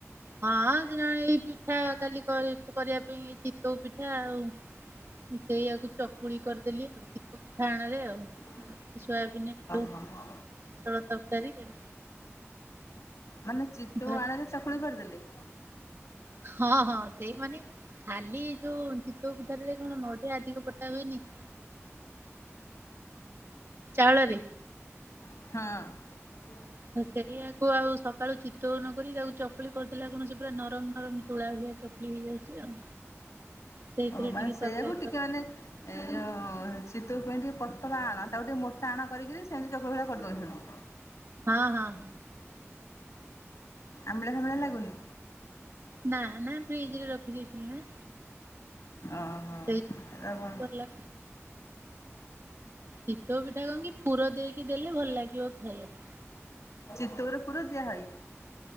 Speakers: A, on the right (about 55°); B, on the left (about 80°).
A: ହଁ, ଦି ଜଣ ଏଇ ପିଠା କାଲି କରିବା ପାଇଁ, ଚିତଉ ପିଠା ଆଉ। ସେଇଆକୁ ଚକୁଳି କରିଦେଲି। ଆଉ ଟିକ, ଆଣରେ ଆଉ।
B: ଓ
A: ସୋୟାବିନ ଆଳୁ
B: ହୋ। ମାନେ
A: ପୋଟଳ ତରକାରୀ ଆଉ
B: ମାନେ ଚିତଉ
A: ଭାତ
B: ଆଣରେ ଚକୁଳି କରିଦେଲେ?
A: ହଁ ହଁ। ସେଇ ମାନେ, ଖାଲି ଯୋଉ ଚିତଉ ପିଠା ରେ କଣ ନଡ଼ିଆ ଅଧିକ ପକା ହୁଏନି? ଚାଉଳରେ।
B: ହଁ।
A: ତ ସେଇଆକୁ ସ କାଳୁ ଚିତଉ ନକରି, ତାକୁ ଚକୁଳି କରିଦେଲେ, ତାକୁ ସେ ପୁରା ନରମ ନରମ ତୁଳା ଭାଲିଆ ଚକୁଳି ହେଇଯାଉଛି ଆଉ। ସେଇଥିରେ
B: ଓ ମାନେ
A: ଟିକେ
B: ସେଇଆାକୁ,
A: ତରକାରୀ
B: ଟିକେ
A: କ
B: ମାନେ ଏ ଯୋଉ ଚିତଉ ପାଇଁ ଟିକେ ପତଳା ଆଣ, ତାକୁ ଟିକେ ମୋଟା ଆଣ କରିକି, ସେମିତି ଚକୁଳି ଭଳିଆ କରିଦଉଛନ୍ତି।
A: ହାଁ ହାଁ।
B: ଆମ୍ବଳା ଫାମ୍ବିଳା ଲାଗୁନି?
A: ନା, ନା ଫ୍ରିଜ ରେ ରଖିଦେଇଥିଲି ନା।
B: ଓ ହୋ।
A: ସେଇ କଲା ଚିତଉ ପିଠା କଣ କିି, ପୁର ଦେଇକି ଦେଲେ, ଭଲ ଲାଗିବ ଖାଇବାକୁ।
B: ଚିତଉରେ ପୁର ଦିଆହୁଏ।